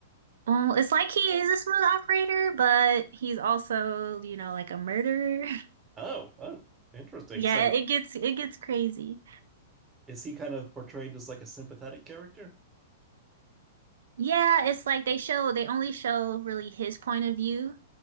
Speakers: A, on the right (about 75°); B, on the right (about 20°).
A: Well, it's like he is a smooth operator, but he's also, you know, like a murderer. <laughs>
B: Oh, oh, interesting.
A: Yeah,
B: So
A: it gets it gets crazy.
B: is he kind of portrayed as like a sympathetic character? <laughs>
A: Yeah, it's like they show they only show really his point of view